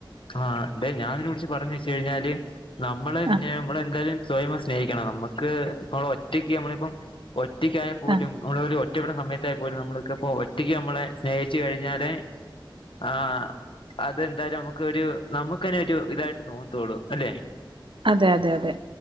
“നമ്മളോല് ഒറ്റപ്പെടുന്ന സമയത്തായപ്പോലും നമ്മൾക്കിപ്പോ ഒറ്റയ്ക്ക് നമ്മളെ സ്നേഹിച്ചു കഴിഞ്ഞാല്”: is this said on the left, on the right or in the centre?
Left